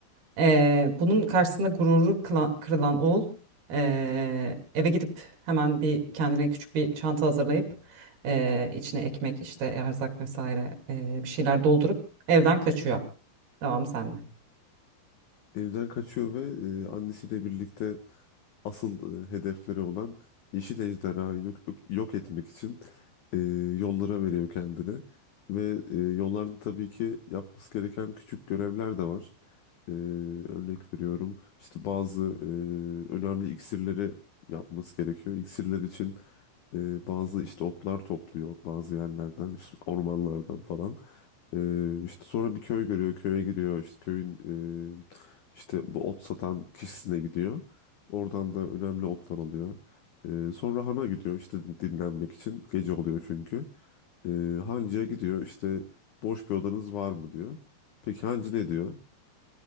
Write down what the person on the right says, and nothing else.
Ee, bunun karşısında gururu kıla- kırılan oğul ee, eve gidip hemen bir kendine küçük bir çanta hazırlayıp ee, içine ekmek işte erzak vesaire ee, bir şeyler doldurup evden kaçıyor. Devam sende.